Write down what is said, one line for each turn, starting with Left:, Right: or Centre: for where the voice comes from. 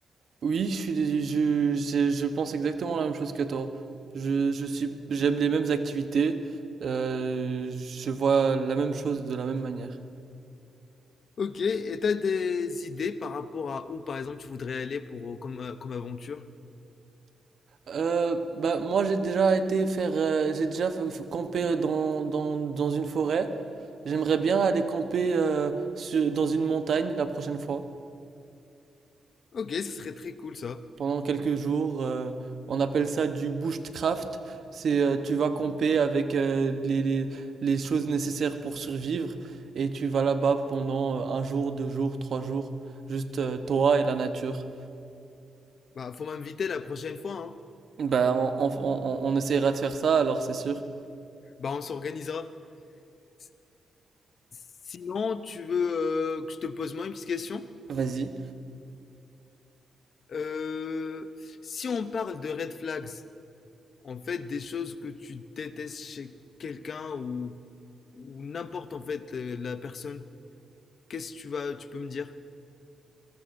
Right: Oui, je suis, dés- je, je, je pense exactement la même chose que toi. Je, je suis, j'aime les mêmes activités. euh, je vois la même chose de la même manière.
Left: Ok, et t'as des idées par rapport à où, par exemple, tu voudrais aller pour, euh, comme, euh, comme aventure?
Right: Euh, bah moi j'ai déjà été faire, euh, j'ai déjà fait- fait camper dans, dans, dans une forêt. J'aimerais bien aller camper euh, sur- dans une montagne la prochaine fois.
Left: Ok, ce serait très cool ça.
Right: pendant quelques jours. euh, on appelle ça du bushcraft. C'est euh, tu vas camper avec euh, les, les, les choses nécessaires pour survivre et tu vas là-bas pendant euh, un jour, deux jours, trois jours, juste euh, toi et la nature.
Left: Bah, faut m'inviter la prochaine fois, hein.
Right: Ben on, on, on, on essaiera de faire ça, alors c'est sûr.
Left: Bah, on s'organisera. S- Sinon, tu veux euh, que je te pose moi une petite question?
Right: Vas-y.
Left: Euh, si on parle de red flags, en fait, des choses que tu détestes chez quelqu'un ou, ou n'importe en fait euh, la personne, qu'est-ce que tu vas, tu peux me dire?